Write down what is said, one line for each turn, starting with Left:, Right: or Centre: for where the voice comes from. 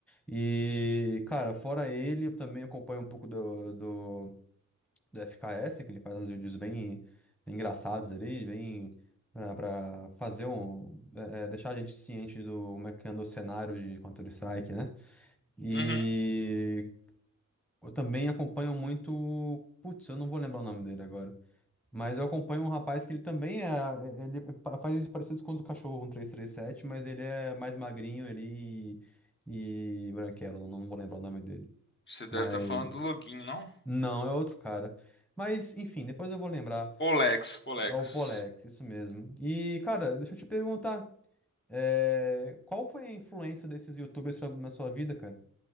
Centre: E, cara, fora ele, eu também acompanho um pouco do, do, do FKS, que ele faz uns vídeos bem, bem engraçados ali, bem. Pra pra fazer um. é, é, deixar a gente ciente do como é que anda o cenário de Counter-Strike, né? E
Left: uhum.
Centre: eu também acompanho muito. Putz, eu não vou lembrar o nome dele agora. Mas eu acompanho um rapaz que ele também é. é- Ele é, pa- faz vídeos parecidos com o do cachorro, um 337, mas ele é mais magrinho ali e, e branquelo. Não, não vou lembrar o nome dele.
Left: Você deve
Centre: Mas.
Left: estar falando do Login, não?
Centre: Não, é outro cara. Mas, enfim, depois eu vou lembrar.
Left: Polex, Polex.
Centre: É o Polex, isso mesmo. E, cara, deixa eu te perguntar. é, Qual foi a influência desses YouTubers na sua vida, cara?